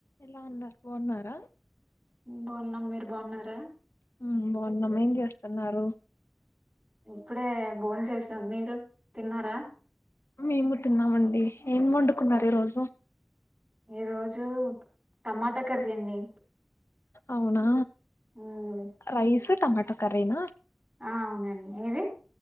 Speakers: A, on the left; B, on the right.
A: ఎలా ఉన్నారు బావున్నారా
B: బాన్నాం మీరు బాన్నారా
A: హ్మ్ బాన్నాం ఏం జేస్తన్నారు
B: ఇక్కడే బోన్ చేసాం మీరు తిన్నారా
A: మేము తిన్నామండి ఏం వొండుకున్నారు ఈ రోజు
B: ఈ రోజు టమాటా కర్రీ అండి
A: అవునా
B: ఉమ్,
A: రైసు టమాటో కర్రీనా
B: ఆ అవునండి మీది